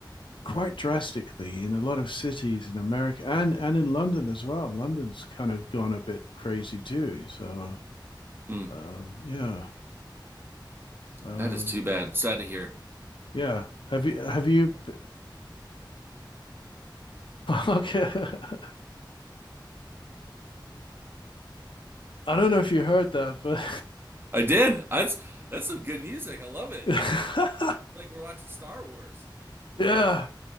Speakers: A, on the left; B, on the right.
A: quite drastically in a lot of cities in America and and in London as well. London's kind of gone a bit crazy too. So
B: Mm,
A: um, yeah, um,
B: that is too bad. Sad to hear.
A: yeah. Have you have you? <laughs> okay. <laughs> I don't know if you heard that, but
B: I did. That's that's some good music. I love it.
A: <laughs> <laughs>
B: Like we're watching Star Wars.
A: yeah.